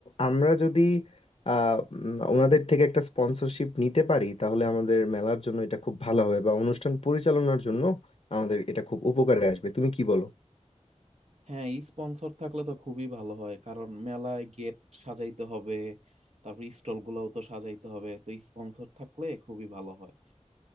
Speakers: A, on the left; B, on the right.
A: আমরা যদি আহ, উম, ওনাদের থেকে একটা স্পন্সরশিপ নিতে পারি তাহলে আমাদের মেলার জন্য এটা খুব ভালো হবে বা অনুষ্ঠান পরিচালনার জন্য আমাদের এটা খুব উপকারে আসবে তুমি কি বলো
B: হ্যাঁ স্পন্সর থাকলে তো খুবই ভালো হয় কারণ মেলায় গেট সাজাইতে হবে তারপর স্টল গুলাও তো সাজাইতে হবে তো স্পন্সর থাকলে খুবই ভালো হয়